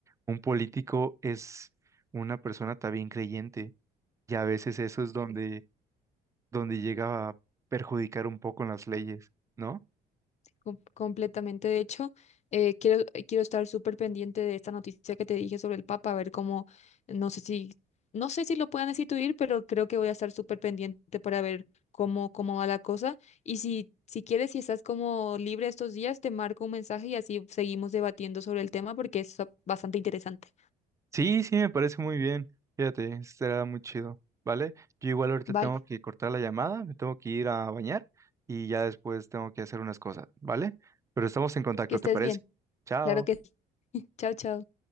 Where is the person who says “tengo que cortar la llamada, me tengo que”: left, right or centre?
Right